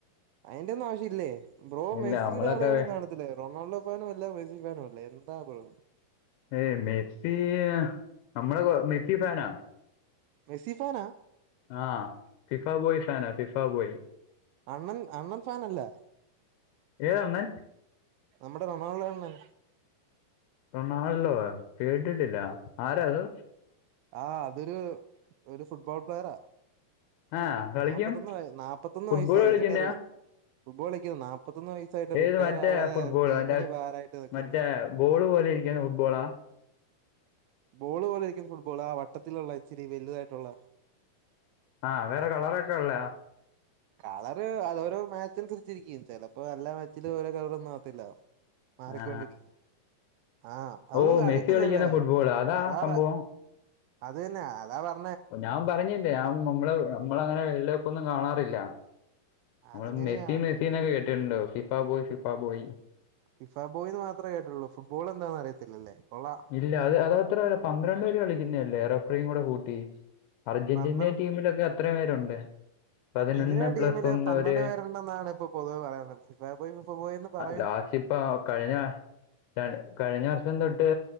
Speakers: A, on the right; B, on the left.
A: അയിന്റെ ഒന്നും ആവശ്യ ഇല്ലേ ബ്രോ
B: ഇല്ല
A: മെസ്സിയുടെ
B: നമ്മളൊക്കെ
A: കളികളും കാണത്തില്ലെ റൊണാൾഡോ ഫാനും അല്ല മെസ്സി ഫാനും അല്ല എന്താ ബ്രോ.
B: ഏയ് മെസി നമ്മള കൊ മെസ്സി ഫാനാ
A: മെസ്സി ഫാനാ
B: ആ ഫിഫാ ബോയ് ഫാന ഫിഫാ ബോയ്.
A: അണ്ണൻ അണ്ണൻ ഫാനല്ലേ
B: ഏതണ്ണൻ
A: നമ്മുടെ റൊണാൾഡോ ആണ്.
B: റൊണാൾഡോ കേട്ടിട്ടില്ല ആരാത്?
A: ആ അതൊരു ഒരു ഫുട്ബോൾ പ്ലെയറാ.
B: ആ കളിക്കും
A: നാപ്പത്തൊന്ന് വ നാപ്പത്തൊന്ന്
B: ഫുട്ബോൾ
A: വയസ്സായി
B: കളിക്കുന്നയാ
A: എന്നിട്ട് റെ ഫുട്ബോൾ കളിക്ക നാപ്പത്തൊന്ന് വയസ തായിട്ട്
B: ഏത്
A: റിട്ടയർ
B: മറ്റേ
A: ആവാതെ
B: ഫുട്ബോൾ
A: ടീമിന്
B: മറ്റേ
A: ഭാരമായിട്ട് നിൽക്കുന്നു
B: മറ്റേ ബോള് പോലെ ഇരിക്ക്ണ ഫുട്ബോളാ?
A: ബോള് പോലെരിക്കും ഫുട്ബോൾ ആ വട്ടത്തിലുള്ള ഇച്ചിരി വലുതായിട്ടുള്ള.
B: ആഹ് വേറെ കളറൊക്കെ ഉള്ളേ
A: കളറ് അത് ഓരോ മാച്ച് അനുരിച്ചിരിക്കും ചിലപ്പോ എല്ലാ മാച്ചിൽ ഓരോ കളറ് ഒന്നും ആവത്തില്ല മാറിക്കൊണ്ടിരിക്കുന്നു
B: ആ
A: ആ അതൊന്നും
B: ഓ മെസ്സി
A: അറിയത്തില്ലല്ലേ
B: കളിക്കുന്ന ഫുട്ബോൾ അതാ
A: ഇതാ
B: സംഭവം
A: അത് തന്നെ അതാ പറ
B: ഞാൻ പറഞ്ഞില്ലേ ഞ നമ്മള് നമ്മളങ്ങനെ വെള്ളെ ഇപ്പോ ഒന്നും കാണാറില്ല നമ്മൾ
A: അതെങ്ങനെയാ
B: മെസി മെസിനൊക്കെ കേട്ടിട്ടുണ്ട് പക്ഷെഇപ്പോ ഫിഫ ബോയ് ഫിഫ ബോയ്
A: ഫിഫാബോയിന്ന് മാത്രേ കേട്ടുള്ളൂ ഫുട്ബോൾ എന്താന്ന് അറിയത്തില്ലേ കൊള്ളാം.
B: ഇല്ല അത് അത് അത്രല്ല പന്ത്രണ്ട് പേര് കളിക്കുന്നല്ലേ റഫറിയും കൂടെ കൂട്ടി. അർജന്റീന്റെ
A: പന്ത്ര
B: ടീമിലൊക്കെ എത്ര പേരുണ്ട്? പതിനൊന്ന്
A: അർജന്റീന ടീമില്
B: പ്ലസ് ഒന്ന്
A: പന്ത്രണ്ട്
B: ഒരു
A: പേരുണ്ടെന്നാണ് ഇപ്പൊ പൊതുവേ പറയുന്നത് ഫിഫ ബോയ് ഫിഫ ബോയ് ന്ന് പറ
B: ലാസ്റ്റിപ്പോ കഴിഞ്ഞ താണ് കഴിഞ്ഞ വർഷം തൊട്ട്